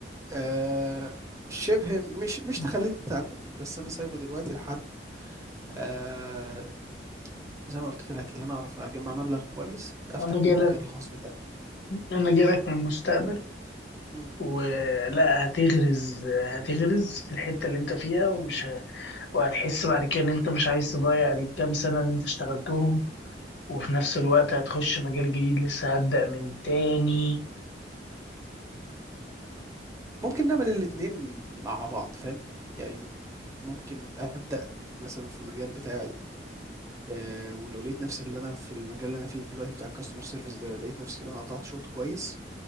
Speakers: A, on the right; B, on the left.
A: آآ، شِبه مش مش
B: مم.
A: تخلّيت عنه، بس أنا سايبه دلوقتي لحد آآ زي ما قُلت لك، اللي أنا أعرف أجمّع مبلغ كويس أفتح
B: انا جايلك
A: بيه المكان الخاص بتاعي.
B: انا جايلك من المستقبل
A: إمم.
B: ولا هتغرز هتغرز في الحتة اللي انت فيها ومش ه... وهتحس بعد كده ان انت مش عايز تضيع الكام سنة اللي انت اشتغلتهم وفي نفس الوقت هتخش مجال جديد لسه هبدأ من تاني
A: ممكن نعمل الاتنين مع بعض فاهم، يعني ممكن أبدأ مثلًا في المجال بتاعي آآ، ولو لقيت نفسي اللي أنا في المجال اللي أنا فيه دلوقتي بتاع الcustomer service ده، لقيت نفسي اللي أنا قطعت شوط كويس،